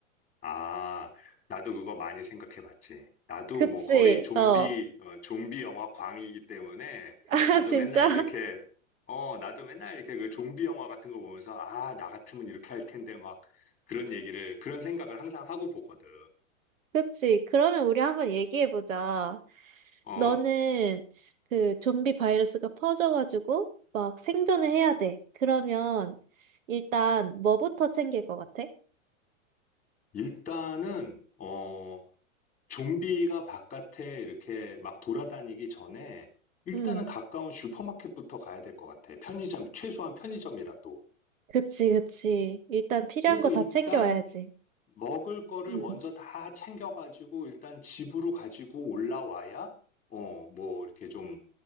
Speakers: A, on the left; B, on the right.
A: 아, 나도 그거 많이 생각해봤지. 나도
B: 그치?
A: 뭐 거의 좀비,
B: 어.
A: 어, 좀비 영화 광이기 때문에
B: <laughs> 아,
A: 나도
B: 진짜?
A: 맨날 이렇게, 어, 나도 맨날 이렇게 그 좀비 영화 같은 거 보면서 아, 나 같으면 이렇게 할 텐데 막 그런 얘기를, 그런 생각을 항상 하고 보거든.
B: 그치? 그러면 우리 한번 얘기해보자.
A: 어,
B: 너는 그 좀비 바이러스가 퍼져가지고 막 생존을 해야 돼. 그러면 일단 뭐부터 챙길 것 같아?
A: 일단은, 어, 좀비가 바깥에 이렇게 막 돌아다니기 전에 일단은
B: 응.
A: 가까운 슈퍼마켓부터 가야 될 것 같아. 편의점, 최소한 편의점이라도.
B: 그치, 그치. 일단 필요한
A: 그래서
B: 거 다
A: 일단
B: 챙겨와야지.
A: 먹을 거를
B: 응.
A: 먼저 다 챙겨가지고 일단 집으로 가지고 올라와야 어, 뭐 이렇게 좀